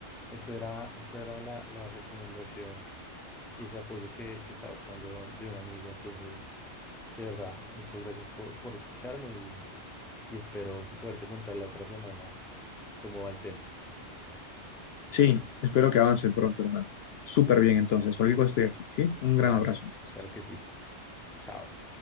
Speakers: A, in the centre; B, on the left.
A: eso era, eso era la, la recomendación y ese apoyo que, que estaba buscando de un, de un amigo. Entonces, de verdad, muchas gracias po- por, escucharme y, y espero poderte contar la otra semana cómo va el tema.
B: Sí, espero que avance pronto, hermano. Súper bien, entonces. Cualquier cosa estoy aquí, ¿sí? Un gran
A: Dale,
B: abrazo, entonces.
A: claro que sí. Chao.